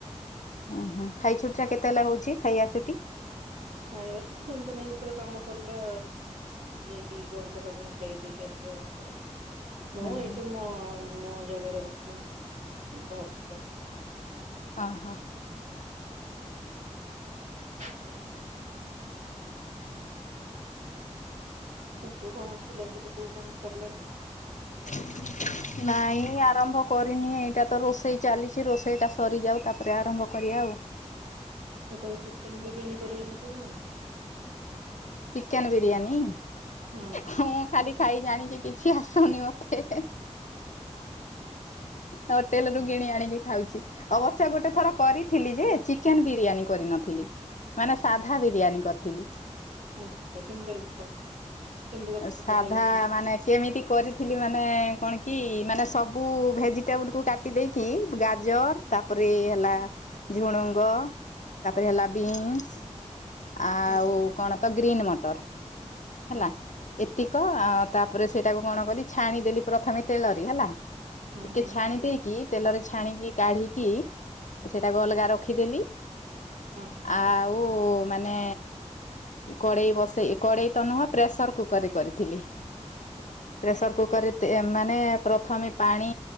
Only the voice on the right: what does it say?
ଖାଇବାସୁ ସେମିତି ନାଇଁ ଯେତେଳେ କାମ ସରିଲା ଯାଇକି ଘଣ୍ଟ ଟା ପାଇଁ ଖାଇ ଦେଇକି ଆସିବା କଥା। ମୁଁ
ଏଇଠି
ମ ମୋ ଜାଗାରେ ବସି ବାହାର
ଆଉ ସବୁ କଣ ସିଲା ସିଲି ସବୁ କାମ ସରିଲାଣି? <inaudible>
ଆଉ ତମେ ଚିକେନ ବିରିୟାନୀ କରି ଆଣିଛି କି ନାଇଁ?
ହଁ
ଆଛା ଆଛା କେମିତି ଲ <unintelligible> କେମିତି କରି
ସରି
ହଁ
ହଁ
ହଁ
ହଁ
ହଁ
ହଁ
ଆ <inaudible>